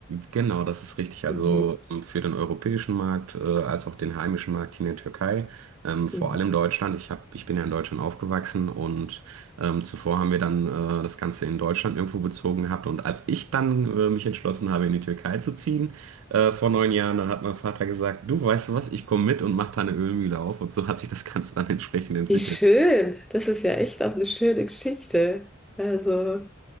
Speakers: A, on the right; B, in the centre.
A: Genau, das ist richtig. Also
B: Mhm.
A: ähm, für den europäischen Markt, äh, als auch den heimischen Markt hier in der Türkei, ähm, vor
B: Mhm.
A: allem Deutschland. Ich hab, ich bin ja in Deutschland aufgewachsen und ähm, zuvor haben wir dann äh, das Ganze in Deutschland irgendwo bezogen gehabt. Und als ich dann äh, mich entschlossen habe, in die Türkei zu ziehen, äh, vor neun Jahren, dann hat mein Vater gesagt, du weißt du was, ich komme mit und mach da eine Ölmühle auf. Und so hat sich das Ganze dann entsprechend entwickelt.
B: Wie schön. Das ist ja echt auch eine schöne Geschichte. Also,